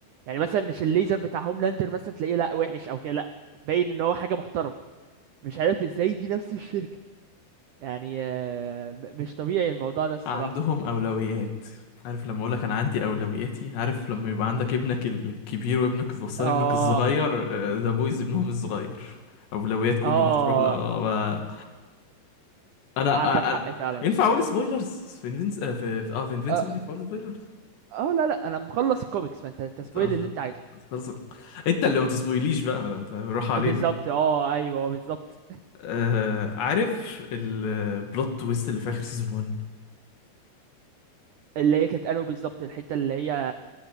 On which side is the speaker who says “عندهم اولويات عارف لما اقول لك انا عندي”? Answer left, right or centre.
Left